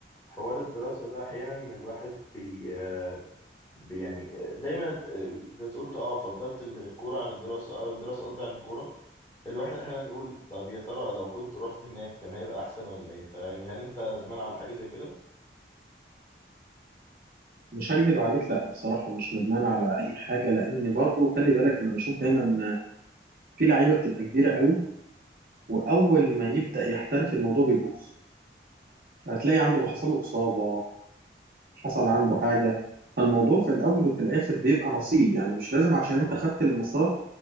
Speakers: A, on the left; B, on the right.
A: حوار الدراسة ده أحيانا الواحد بي آه، بي- يعني آه، دايما ت- آه، أنت تقول ت- اه فضلت الكورة عن الدراسة آه، الدراسة قصدي عن الكورة الواحد احيانا يقول طب يا ترى لو كنت رحت هناك كان هيبقى احسن ولا ايه فيعني هل انت ندمان على حاجه زي كده
B: مش هكدب عليك لا بصراحة مش ندمان على أي حاجة لأن برضو خلي بالك أنا بشوف دايما في لعيبة بتبقى كبيرة قوي وأول ما يبدأ يحترف الموضوع بيبوظ فهتلاقي عنده حصل له إصابة حصل عنده حاجة فالموضوع في الأول وفي الآخر بيبقى نصيب يعني مش لازم عشان
A: طبعا
B: أنت خدت المسار